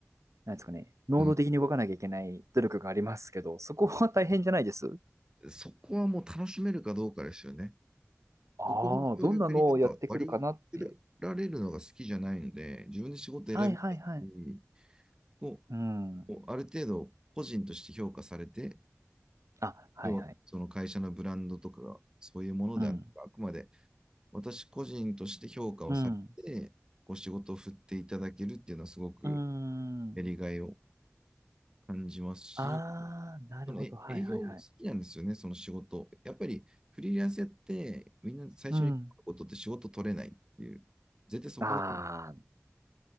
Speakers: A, on the right (about 80°); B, on the right (about 15°).
A: なんですかね、能動的に動かなきゃいけない努力がありますけど、
B: うん。
A: そこは大変じゃないです。
B: そこはもう楽しめるかどうかですよね。
A: ああ、
B: 僕の今日逆になんか割り振られるのが好きじゃないので、
A: どんなのをやってくるかなっていう。
B: 自分で仕事選びたいし、
A: はいはいはい。
B: こ
A: うん。
B: う、こうある程度個人として評価されて、
A: あ、はいはい。
B: 要はその会社のブランドとかがそういうものではなく、
A: うん。
B: あくまで私個人として評価をされて、
A: うん。
B: こう仕事を振っていただけるっていうのはすごく
A: うん。
B: やりがいを感じますし、
A: ああ、なるほど。
B: その営業好きなんですよね、
A: はいはいはい。
B: その仕事。やっぱりフリーランスやってみんな最初にことって仕事取れないっていう。
A: うん。
B: 絶対そこの、
A: あ